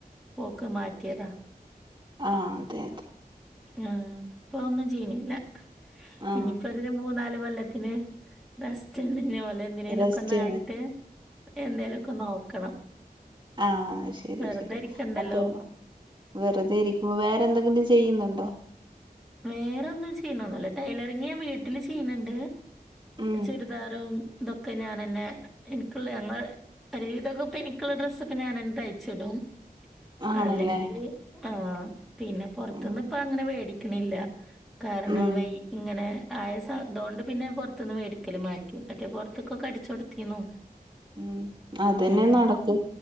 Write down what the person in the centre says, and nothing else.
പോക്ക് മാറ്റിയതാ
ആഹ് ഇപ്പൊ ഒന്നും ചെയ്യ്ണില്ല
ഇനിയിപ്പളൊരു മൂന്നാല് കൊല്ലത്തിന് റസ്റ്റന്നെ ഇനി ഓലെന്തിനേലൊക്കൊന്നായിട്ട്
എന്തേലൊക്കെ നോക്കണം
വെറുതെ
ഇരിക്കണ്ടല്ലോ.
വേറൊന്നും ചെയ്യുന്നൊന്നുല്ല ടൈലറിങ് ഞാൻ വീട്ടില് ചെയ്യ്ണ് ണ്ട്
ചുരിദാറും ഇതൊക്കെ ഞാനന്നെ എനിക്ക്ള്ള ഞങ്ങൾ ഒരുവിധൊക്കെ ഇപ്പെനിക്ക്ള്ള ഡ്രസ്സൊക്കെ ഞാനന്നെ തയ്ച്ചിടും
അല്ലെങ്കില് ആഹ് പിന്നെ പൊറത്ത്ന്നിപ്പങ്ങനെ
വേടിക് ക്ക്ണില്ല കാരണം
വൈ ഇങ്ങനെ ആയ സ തോണ്ട് പിന്നെ പൊറത്ത്ന്ന് വേടിക്കല് മാറ്റി മറ്റേ പൊറത്ത്ക്കൊക്കടിച്ച് കൊടുത്തീന്നു
ഉം.